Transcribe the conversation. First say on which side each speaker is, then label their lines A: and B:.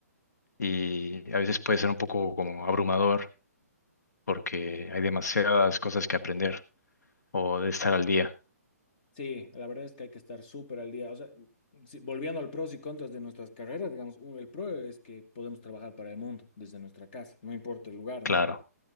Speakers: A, on the left; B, on the left.
A: y a veces puede ser un poco como abrumador porque hay demasiadas cosas que aprender. o de estar al día.
B: Sí, la verdad es que hay que estar súper al día. O sea, si- volviendo al pros y contras de nuestras carreras, digamos, u- el pro es que podemos trabajar para el mundo desde nuestra casa, no importa el lugar,
A: Claro,
B: ¿no?